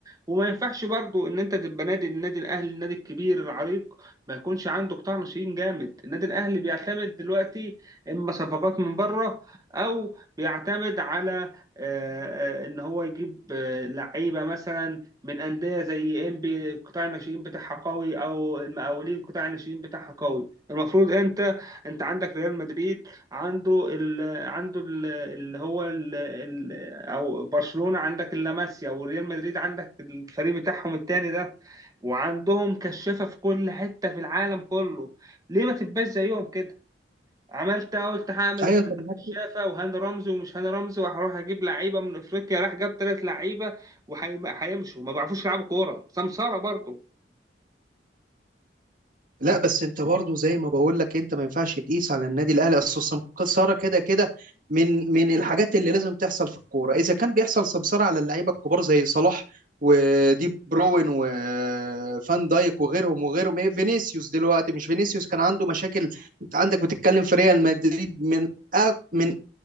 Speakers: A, on the right (about 20°); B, on the right (about 50°).
A: وما ينفعش برضو ان انت تبقى نادي النادي الاهلي النادي الكبير العريق ما يكونش عنده قطاع ناشئين جامد النادي الاهلي بيعتمد دلوقتي اما صفقات من بره او بيعتمد على آه، آه، ان هو يجيب آه، لعيبه مثلا من انديه زي انبي قطاع الناشئين بتاعها قوي او المقاولين قطاع الناشئين بتاعها قوي المفروض انت انت عندك ريال مدريد عنده ال عنده ال- اللي هو ال ال او برشلونة عندك اللاماسيا وريال مدريد عندك الفريق بتاعهم التاني ده وعندهم كشافة في كل حتة في العالم كله ليه ما تبقاش زيهم كده عملت إيه؟ قلت هعمل
B: ايوه انت معاك
A: كشافة وهاني رمزي ومش هاني رمزي وهروح اجيب لعيبة من افريقيا راح جاب تلات لعيبة وهيمشوا ما بيعرفوش يلعبوا كورة سمسارة برضه
B: لا بس انت برضه زي ما بقول لك انت ما ينفعش تقيس على النادي الاهلي اصل السمسره كده كده من من الحاجات اللي لازم تحصل في الكوره اذا كان بيحصل سمسره على اللعيبه الكبار زي صلاح ودي بروين وفان دايك وغيرهم وغيرهم ايه فينيسيوس دلوقتي مش فينيسيوس كان عنده مشاكل انت عندك بتتكلم في ريال مدريد من أق- من